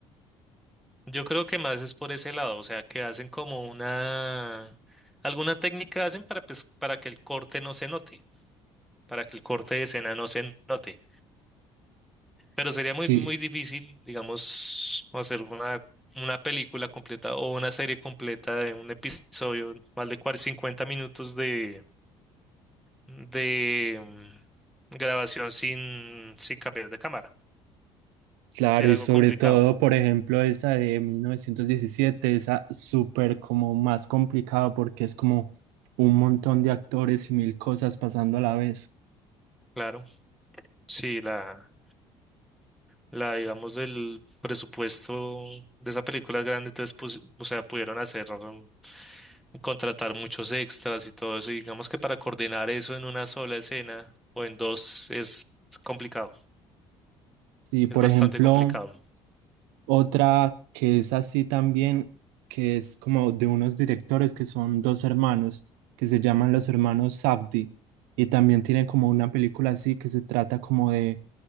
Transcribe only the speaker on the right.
Sí.
Claro,
y
sobre
todo, por ejemplo, esta de 1917, esa súper como más complicada porque es como un montón de actores y mil cosas pasando a la vez.
Sí, por
ejemplo,
otra que es así también, que es como de unos directores que son dos hermanos, que se llaman los hermanos Safdie, y también tienen como una película así que se trata como de